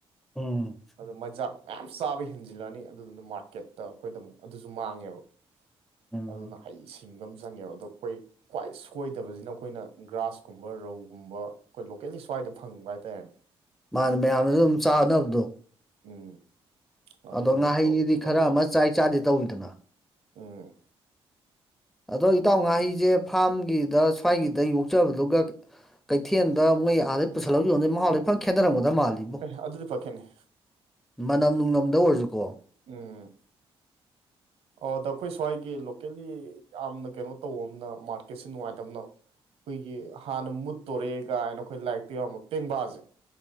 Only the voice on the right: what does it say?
ꯑꯗꯣ ꯃꯥꯖꯥꯛ ꯃꯌꯥꯝ ꯆꯥꯕ ꯍꯦꯟꯖꯤꯜꯂꯛꯑꯅꯤ ꯑꯗꯨꯗꯨꯅ ꯃꯥꯔꯀꯦꯠꯇ ꯑꯩꯈꯣꯏꯗ ꯑꯃꯨꯛ ꯑꯗꯨꯖꯨ ꯃꯥꯡꯉꯦꯕ꯫
ꯑꯗꯨꯅ ꯍꯩ ꯁꯤꯡꯕ ꯑꯝ ꯆꯪꯉꯦꯕ ꯑꯗꯣ ꯈꯣꯏ ꯈꯋ꯭ꯥꯏ ꯁꯣ ꯀꯣꯏꯗꯕꯖꯤꯅ ꯑꯩꯈꯣꯏꯅ ꯒ꯭ꯔꯥꯁꯀꯨꯝꯕ ꯔꯧꯒꯨꯝꯕ ꯑꯩꯈꯣꯏ ꯂꯣꯀꯦꯜꯂꯤ ꯁ꯭ꯋꯥꯏꯗ ꯐꯪꯕ ꯍꯥꯏꯇꯥꯔꯦꯅꯦ꯫
ꯎꯝ ꯑꯗꯨ
ꯑꯣꯏꯅ
ꯇꯧꯕ ꯐꯔꯦ
ꯎꯝ
ꯑꯦ ꯑꯗꯨꯗꯤ ꯐꯥ ꯈꯦꯠꯅꯩ
ꯎꯝ ꯑꯣ ꯑꯗ ꯑꯩꯈꯣꯏ ꯁ꯭ꯋꯥꯏꯒꯤ ꯂꯣꯀꯦꯜꯂꯤ ꯌꯥꯝꯅ ꯀꯩꯅꯣ ꯇꯧꯕ ꯑꯃꯅ ꯃꯥꯔꯀꯦꯠꯁꯦ ꯅꯨꯡꯉꯥꯏꯇꯕꯅ ꯑꯩꯈꯣꯏꯒꯤ ꯍꯥꯟꯅ ꯃꯨꯠꯇꯧꯔꯦ ꯒꯥꯏꯅ ꯑꯩꯈꯣꯏ ꯂꯥꯏꯔꯤꯛꯇ ꯌꯥꯎꯔꯝꯕ ꯄꯦꯡꯕꯥꯖꯦ